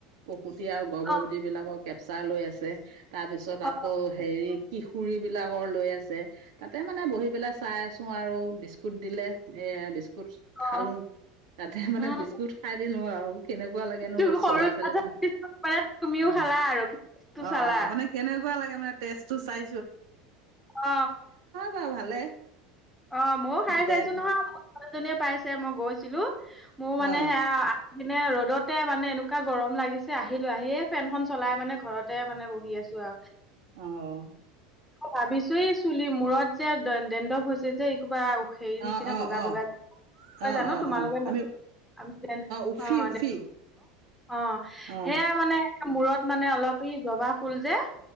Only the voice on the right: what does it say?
সুটি আৰু গৰ্ভৱতীবিলাকৰ
কেপচাৰ লৈ আছে তাৰপিছত
আকৌ হেৰি কি খুুৰী বিলাকৰ লৈ আছে তাতে মানে বহি পেলাই চাই আছো আৰু বিস্কুট দিলে এ বিস্কুট বিস্কুট খালো
তাতে মানে
বিস্কুট খাই দিলো আৰু কেনেকুৱা লাগে ন
চ'ৰা
ছোৱালী বিলাক
অ
অ
মানে কেনেকুৱা লাগে মানে তেজটো চাই
বাৰু ভালে
বেয়া
অ
অহ
অ অ
অ
অ
অ
অ আমি
উফি
উফি
অ